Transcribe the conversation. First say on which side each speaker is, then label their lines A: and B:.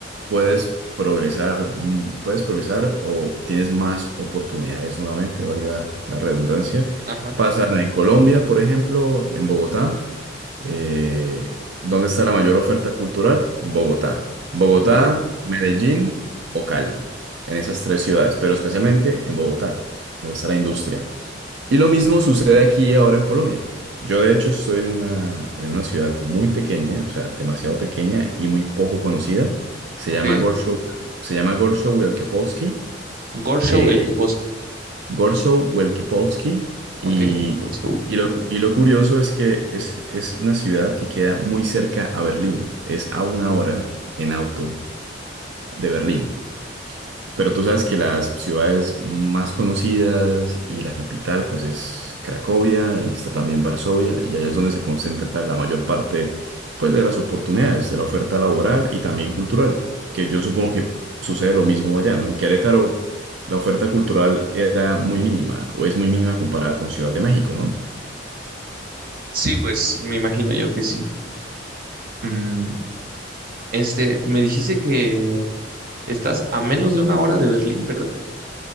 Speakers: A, on the right; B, on the right.
A: puedes progresar, mm, puedes progresar o tienes más oportunidades nuevamente, valga la redundancia.
B: ajá,
A: Pasa en Colombia, por ejemplo, en Bogotá. Eh, ¿dónde está la mayor oferta cultural? Bogotá. Bogotá,
B: Go-
A: Medellín o Cali. En esas tres ciudades, pero especialmente en Bogotá, donde está la industria. Y lo mismo sucede aquí ahora en Polonia. Yo de hecho estoy en una, en una ciudad muy pequeña, o sea, demasiado pequeña y muy poco conocida. Se
B: ok.
A: llama Gorszow, se llama Gorszow Wielkopolski.
B: Gorshow
A: eh,
B: el Keposki,
A: Gorszow Wielkopolski. Y,
B: ok, Gorshow.
A: y, lo, y lo curioso es que es, es una ciudad que queda muy cerca a Berlín. Es a una hora en auto de Berlín. Pero tú sabes que las ciudades más conocidas y la capital pues es Cracovia y está también Varsovia y allá es donde se concentra la mayor parte pues de las oportunidades, de la oferta laboral y también cultural, que yo supongo que sucede lo mismo allá, ¿no? En Querétaro la oferta cultural era muy mínima o es muy mínima comparada con Ciudad de México, ¿no?
B: Sí, pues me imagino yo que sí. Mm, este, me dijiste que estás a menos de una hora de Berlín, ¿verdad?